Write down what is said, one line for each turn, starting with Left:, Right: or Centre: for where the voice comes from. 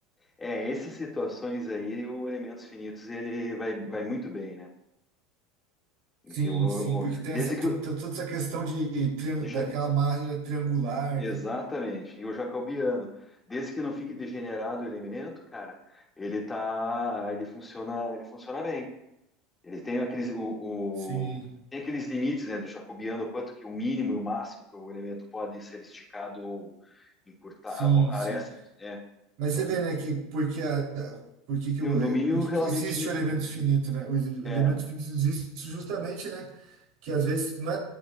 Left: é, essas situações aí, o Elementos Finitos, ele vai, vai muito bem, né? Porque
Right: Sim,
Left: o,
Right: sim,
Left: o-
Right: porque tem
Left: desde
Right: essa,
Left: que
Right: to-
Left: o-
Right: to- toda essa questão de, tri-
Left: já,
Right: daquela máquina triangular,
Left: exatamente,
Right: né?
Left: e o Jacobiano, desde que não fique degenerado o elemento, cara, ele tá, ele funciona, ele funciona bem. Eles têm aqueles, o, o-
Right: Sim,
Left: tem aqueles limites, né, do jacobiano, quanto que o mínimo e o máximo que o elemento pode ser esticado ou encurtar,
Right: sim,
Left: ou aresta,
Right: sim.
Left: né?
Right: Mas
Left: Então,
Right: você vê, né, que porque a, porque que que
Left: e
Right: o,
Left: o domínio
Right: porque
Left: realmente
Right: que que existe
Left: me-
Right: o elemento finito, né? O elemento
Left: é,
Right: finito existe justamente, né? Que às vezes não é